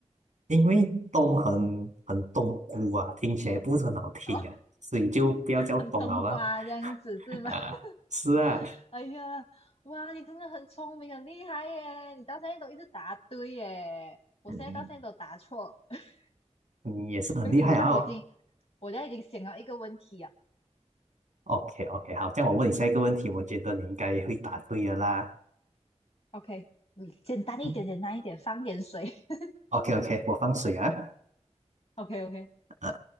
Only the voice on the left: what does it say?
哦，
很冬瓜这样子是吗？
<laughs>
哎呀，哇，你真的很聪明，很厉害耶！你到现在都一直答对耶，我现在到现在都答错。
<laughs>
等等一下，我已经，我现在已经想到一个问题啊。
OK，嗯，简单一点，
简单一点，放点水。<laughs>
OK OK，